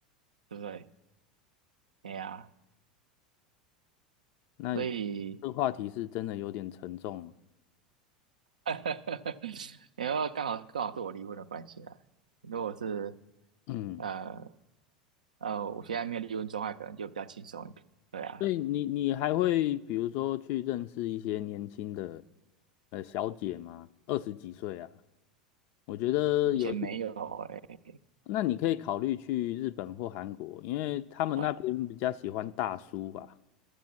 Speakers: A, on the right; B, on the left.
A: 对不对？哎呀，
B: 那
A: 所以，
B: 这话题是真的有点沉重了
A: <laughs> 然后刚好刚好是我离婚的关系啦。如果是
B: 嗯，
A: 呃呃，我现在没有离婚状态，可能就比较轻松一点。对啊，
B: 所以你你还会比如说去认识一些年轻的呃小姐吗？二十几岁啊，我觉得有些，
A: 目前没有哎、
B: 那你可以考虑去日本或韩国，因为他们那边比较喜欢大叔吧。
A: 欸